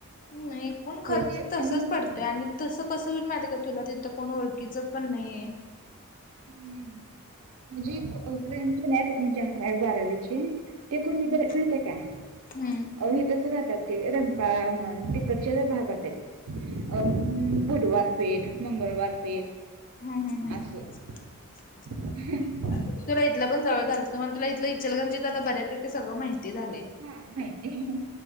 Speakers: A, on the left; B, on the right.
A: ह एकूण खर्च
B: होय ते आणि
A: तसच पडतोय
B: हा
A: आणि तसं कसं होईल माहिती का तुला तिथं कोण ओळखीचं पण नाही हे.
B: हम्म म्हणजे प्रेम तर नाही म्हणजे अकरावी, बारावी. चे कोणी
A: हम्म
B: करत माहित ते का.
A: हम्म
B: आ हो ईथच राहातात ते रंपामन तिकडच्या भागाता् हेत. अ बुधवार पेठ, मंगळवार पेठ
A: हम्म हम्म
B: असं.
A: <inaudible>
B: हम्म.
A: तुला इथलं पण जवळ झालं त मग तुला इथलं इचलकरणजीच आता बऱ्यापैकी सगळ माहिती झालेय.
B: हा नाही हे..